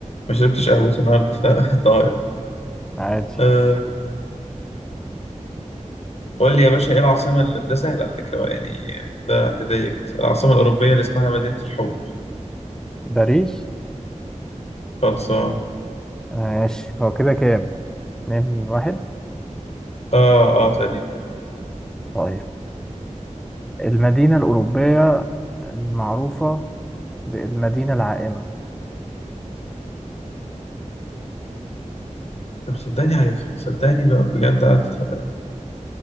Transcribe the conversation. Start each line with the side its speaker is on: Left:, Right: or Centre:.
Left: ما شربتش قهوتي النهاردة فطاير
Centre: عادي
Left: <laughs> قول لي يا باشا ايه العاصمة اللي... ده سهل على فكرة بقى، يعني ده هدية كده العاصمة الأوروبية اللي اسمها مدينة الحب
Centre: باريس
Left: خلصان
Centre: ماشي هو كده كام اتنين واحد
Left: اه اه تقريبا
Centre: طيب المدينه الاوروبيه المعروفه بالمدينه العائمه
Left: طب صدقني عارفها صدقني بقى بجد عدت على